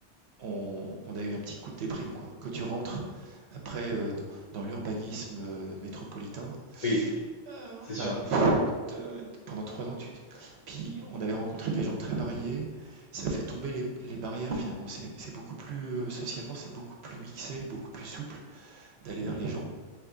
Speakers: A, on the right; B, on the left.
A: on, on a eu un petit coup de déprime. Quoi. Quand tu rentres après euh, dans, l'urbanisme euh, métropolitain,
B: oui,
A: euh,
B: c'est
A: ben,
B: sûr.
A: pff, euh, pendant trois ans, tu... puis on avait rencontré des gens très variés. Ça fait tomber les, les barrières finalement. C'est c'est beaucoup plus, euh, socialement, c'est beaucoup plus mixé, beaucoup plus souple d'aller vers les gens.